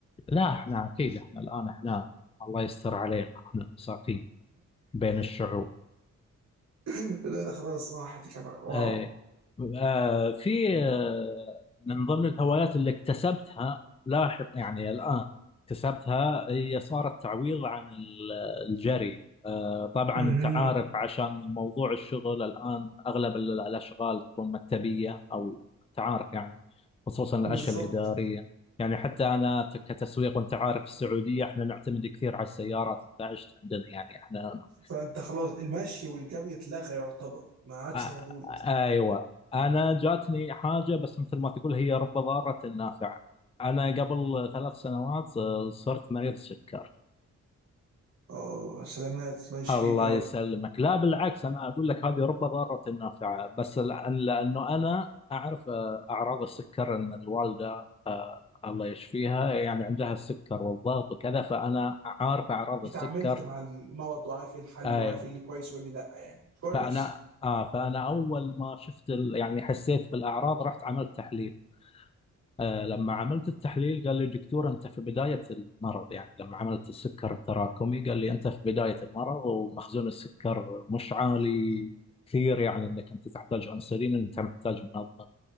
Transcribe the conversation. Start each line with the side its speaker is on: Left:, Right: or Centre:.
Left: لا إحنا أكيد إحنا الآن إحنا الله يستر علينا إحنا مساكين بين الشعوب
Right: <laughs> لا ده خلاص راحت كان واو
Left: اي آه في آه من ضمن الهوايات اللي اكتسبتها لاحق يعني الآن اكتسبتها هي صارت تعويض عن ال- الجري آه طبعا
Right: اها
Left: انت عارف عشان موضوع الشغل الآن اغلب ال- الاشغال تكون مكتبية او انت عارف يعني خصوصا الاشياء
Right: بالظبط
Left: الإدارية يعني حتى انا ت- كتسويق وانت عارف في السعودية احنا نعتمد كثير على السيارات انت عشت عندنا يعني احنا
Right: فانت خلاص المشي والجري اتلغى يعتبر ما عادش
Left: آ-
Right: موجود
Left: ايوه انا جاتني حاجه بس مثل ما تقول هي رب ضاره نافعه انا قبل ثلاث سنوات آه، صرت مريض سكر
Right: اه سلامات الله يشفيك
Left: الله
Right: يا
Left: يسلمك
Right: رب
Left: لا بالعكس انا اقول لك هذه رب ضاره نافعه بس لأن لانه انا اعرف آه، اعراض السكر ان الوالده آه، الله يشفيها يعني عندها السكر والضغط وكذا فانا عارف اعراض السكر
Right: اتعاملت مع المرض وعارف ايه الحل
Left: ايوه
Right: وعارف ايه اللي كويس وايه اللي لا يعني كويس
Left: فانا آه فانا اول ما شفت ال- يعني حسيت بالاعراض رحت عملت تحليل آه، لما عملت التحليل قال لي الدكتور انت في بدايه المرض يعني لما عملت السكر التراكمي قال لي انت في بدايه المرض ومخزون السكر مش عالي كثير يعني انك انت تحتاج انسولين انت محتاج منظم